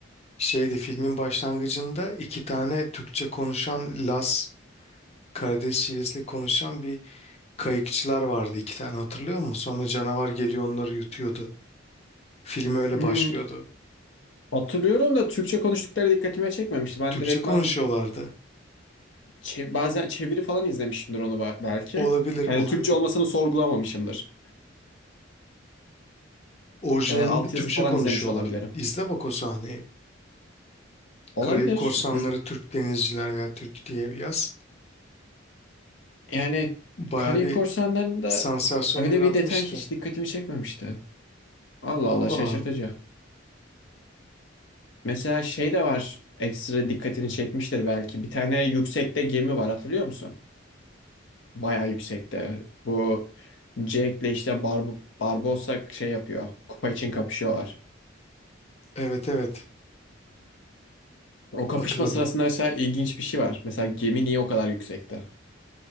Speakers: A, on the left; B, on the left.
A: şeydi filmin başlangıcında iki tane Türkçe konuşan Laz Karadeniz şivesiyle konuşan bir kayıkçılar vardı iki tane hatırlıyor musun? Sonra canavar geliyor onları yutuyordu. Film öyle
B: Hmm,
A: başlıyordu.
B: hatırlıyorum da Türkçe konuştukları dikkatime çekmemişti. Ben
A: Türkçe
B: direktmen
A: konuşuyorlardı.
B: çe- bazen çeviri falan izlemişimdir onu ba- belki.
A: Olabilir, olabilir.
B: Yani Türkçe olmasını sorgulamamışımdır.
A: Orijinalinde
B: Ya da altyazı
A: Türkçe
B: falan
A: konuşuyorlar.
B: izlemiş olabilirim.
A: İzle bak o sahneyi.
B: Olabilir.
A: Karayip Korsanları
B: Güz-
A: Türk Denizciler veya Türk diye bir yaz.
B: Yani
A: Baya
B: Karayip
A: bir
B: Korsanları'nda
A: sansasyon
B: öyle
A: yaratmıştı.
B: bir detay hiç dikkatimi çekmemişti. Allah
A: Vallahi
B: Allah şaşırtıcı. Mesela şey de var ekstra dikkatini çekmiştir belki. Bir tane yüksekte gemi var hatırlıyor musun? Bayağı yüksekte. Bu Jack'le işte Bar Barbossa şey yapıyor. Kupa için kapışıyorlar.
A: evet evet
B: O kapışma
A: hatırladım.
B: sırasında mesela ilginç bir şey var. Mesela gemi niye o kadar yüksekte?